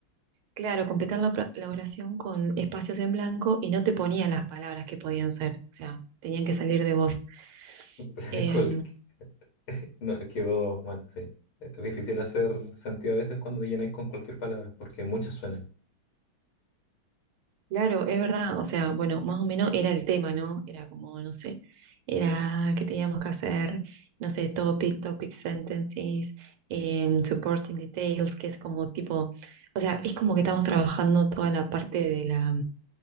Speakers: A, on the right (about 80°); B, on the left (about 80°).
A: Claro, completar la, pra- la oración con espacios en blanco y no te ponía las palabras que podían ser. O sea, tenían que salir de vos.
B: <laughs>
A: Eh,
B: Cualque- no, quedó, bueno, sí. Es difícil hacer sentido a veces cuando llenáis con cualquier palabra, porque muchas suenan.
A: Claro, es verdad, o sea, bueno, más o menos era el tema, ¿no? Era como, no sé, era que teníamos que hacer, no sé, topic, topic sentences, em, supporting details, que es como tipo, o sea, es como que estamos trabajando toda la parte de la,